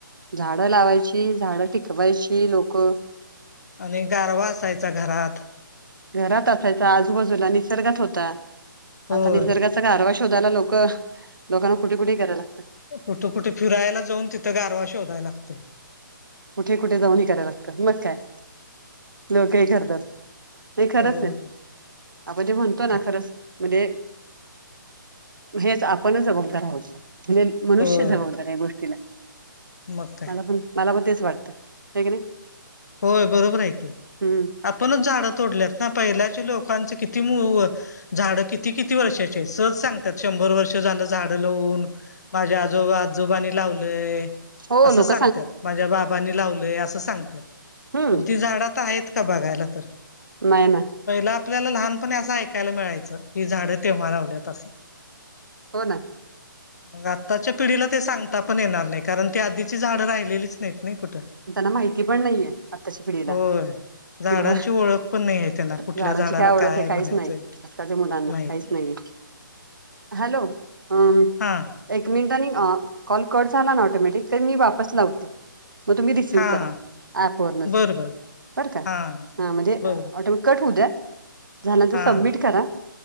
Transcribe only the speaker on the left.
आणि गारवा असायचा घरात.
होय
कुठे कुठे फिरायला जाऊन तिथं गारवा शोधाला लागतोय.
होय
मग
काय
होय
मग काय
होय बरोबर आहेऐक
आपणच झाडं तोडल्यात ना पहिल्याच्या लोकांच किती. किती झाडं किती किती वर्षाचे सहज सांगतात शंभर वर्ष झालं झाडं लावून. माझ्या आजोब आजोबानी लावलं
असं
सांगतात माझ्या बाबा. नी लाव अस सांगत
पण ती झाड आहेत का बघायला तर.
पहिला आपल्याला लहानपणी असं ऐकायला मिळायचं की झाडं तेव्हा लावल्यात असं.
मग आत्ताच्या पिढीला ते सांगता पण येणार नाही कारण ती आधीची झाडं राहिलेलीच नाहीत नाही कुठं.
होय झाडांची
ओळख पण नाही आहे त्यांना कुठल्या
झाडाला
म्हणायचंय
माहित
नाही
हा
हां,
हां.
बरं, बरं.
हां,
बरोबर.
हां,